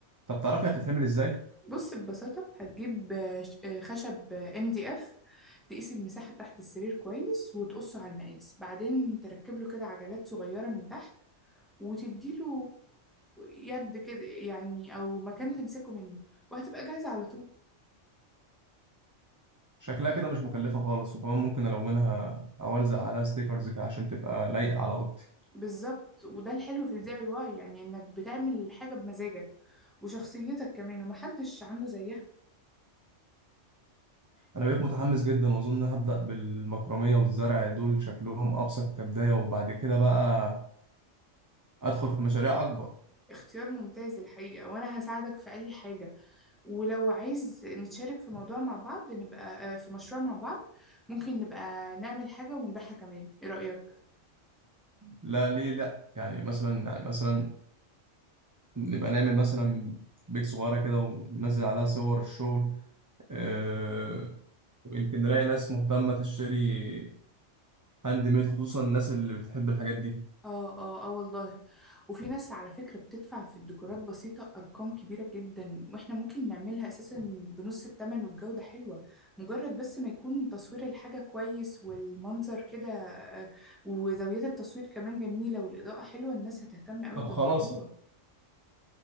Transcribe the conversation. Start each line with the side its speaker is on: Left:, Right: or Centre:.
Right: طب تعرفي هتتعمل ازاي؟
Centre: بص ببساطة هتجيب آه، ش- آه، خشب ام دي اف تقيس المساحة تحت السرير كويس وتقصه على المقاس بعدين تركب له كده عجلات صغيرة من تحت وتديله يد كده يعني او مكان تمسكه منه وهتبقى جاهزة على طول
Right: شكلها كده مش مكلفة خالص وكمان ممكن ألونها أو ألزق عليها ستيكرز كده عشان تبقى لايقة على أوضتي
Centre: بالظبط وده الحلو في الدي اي واي يعني انك بتعمل حاجة بمزاجك وشخصيتك كمان ومحدش عنده زيها
Right: أنا بقيت متحمس جدا وأظن هبدأ بالمكرمية والزرع دول شكلهم أبسط كبداية وبعد كده بقى أدخل في مشاريع أكبر
Centre: اختيار ممتاز الحقيقة وانا هساعدك في اي حاجة ولو عايز نتشارك في موضوع مع بعض نبقى آه، في مشروع مع بعض ممكن نبقى نعمل حاجة ونبيعها كمان ايه رأيك
Right: لا ليه لأ يعني مثلا يعني مثلا نبقى نعمل مثلا بيك صغيرة كده وننزل عليها صور الشغل أه ويمكن نلاقي ناس مهتمة تشتري هاند ميد خصوصا الناس اللي بتحب الحاجات دي
Centre: اه اه اه والله وفي ناس على فكرة بتدفع في الديكورات بسيطة أرقام كبيرة جدا واحنا ممكن نعملها أساسا بنص التمن والجودة حلوة مجرد بس ما يكون تصوير الحاجة كويس والمنظر كده آه، وزاويات التصوير كمان جميلة والإضاءة حلوة الناس هتهتم قوي
Right: طب
Centre: بالموضوع
Right: خلاص